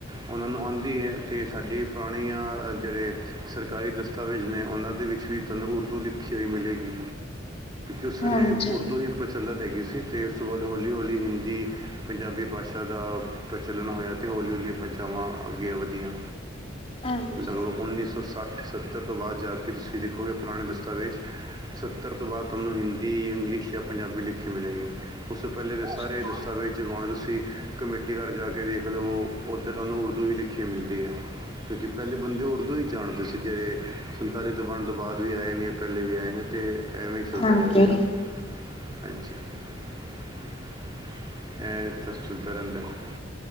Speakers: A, on the right; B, on the left.
A: ਉਹਨਾਂ ਨੂੰ ਆਉਂਦੀ ਹੈ ਅਤੇ ਸਾਡੇ ਪੁਰਾਣੀਆਂ ਜਿਹੜੇ ਸਰਕਾਰੀ ਦਸਤਾਵੇਜ਼ ਨੇ ਉਹਨਾਂ ਦੇ ਵਿੱਚ ਵੀ ਤੁਹਾਨੂੰ ਉਰਦੂ ਲਿਖੀ ਹੋਈ ਮਿਲੇਗੀ। ਉਸ
B: ਹਾਂਜੀ।
A: ਵੇਲੇ ਉਰਦੂ ਹੀ ਪ <unintelligible> ਹੈਗੀ ਸੀ। ਅਤੇ ਉਸ ਤੋਂ ਬਾਅਦ ਹੌਲੀ ਹੌਲੀ ਹਿੰਦੀ ਪੰਜਾਬੀ ਭਾਸ਼ਾ ਦਾ ਪ੍ਰਚਲਨ ਹੋਇਆ ਅਤੇ ਹੌਲੀ ਹੌਲੀ ਭਾਸ਼ਾਵਾਂ ਅੱਗੇ ਵਧੀਆਂ
B: ਹਾਂਜੀ।
A: ਲਗਭਗ ਉੱਨੀ ਸੌ ਸੱਠ ਸੱਤਰ ਤੋਂ ਬਾਅਦ ਜਾ ਕੇ ਤੁਸੀਂ ਦੇਖੋਗੇ ਪੁਰਾਣੇ ਦਸਤਾਵੇਜ਼ ਸੱਤਰ ਤੋਂ ਬਾਅਦ ਤੁਹਾਨੂੰ ਹਿੰਦੀ ਇੰਗਲਿਸ਼ ਜਾਂ ਪੰਜਾਬੀ ਲਿਖੀ ਮਿਲੇਗੀ ਉਸ ਤੋਂ ਪਹਿਲੇ
B: ਅੱਛਾ
A: ਸਾਰੇ <unintelligible> ਜਵਾਂ ਤੁਸੀਂ ਕਮੇਟੀ ਘਰ ਜਾ ਕੇ ਦੇਖ ਲਵੋ ਉੱਧਰ ਤੁਹਾਨੂੰ ਉਰਦੂ ਹੀ ਲਿਖੀ ਮਿਲਦੀ ਹੈ ਕਿਉਂਕਿ ਪਹਿਲੇ ਬੰਦੇ ਉਰਦੂ ਹੀ ਜਾਣਦੇ ਸੀ ਜਿਹੜੇ ਸੰਤਾਲੀ ਤੋਂ ਵੰਡ ਤੋਂ ਬਾਅਦ ਵੀ ਆਏ ਨੇ ਜਾਂ ਪਹਿਲੇ ਵੀ ਆਏ ਨੇ ਅਤੇ <unintelligible>
B: ਹਾਂਜੀ
A: ਹਾਂਜੀ <unintelligible> ਰਹਿੰਦਾ ਹੈ।